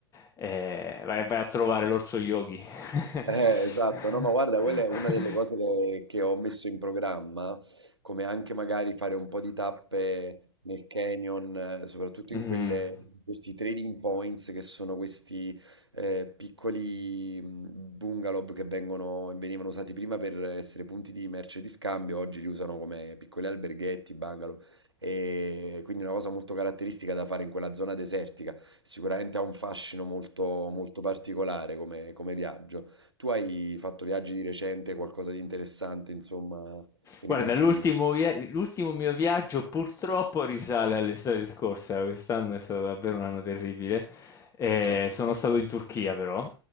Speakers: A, on the left (about 25°); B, on the right (about 80°).
A: Eh, vai, vai a trovare l'orso yogi. <laughs>
B: Eh, esatto, no, ma guarda, quella è una delle cose che, che ho messo in programma, come anche magari fare un po' di tappe nel canyon, eh, soprattutto
A: Mhm.
B: in quelle, questi trading points che sono questi eh, piccoli mh, bungalow che vengono, venivano usati prima per essere punti di merce di scambio, oggi li usano come piccoli alberghetti, bungalow, e quindi una cosa molto caratteristica da fare in quella zona desertica, sicuramente ha un fascino molto, molto particolare come come viaggio. Tu hai fatto viaggi di recente, qualcosa di interessante, insomma, che
A: Guarda,
B: mi consigli?
A: l'ultimo via- l'ultimo mio viaggio purtroppo risale all'estate scorsa, quest'anno è stato davvero un anno terribile. Eh,
B: Eh.
A: sono stato in Turchia però,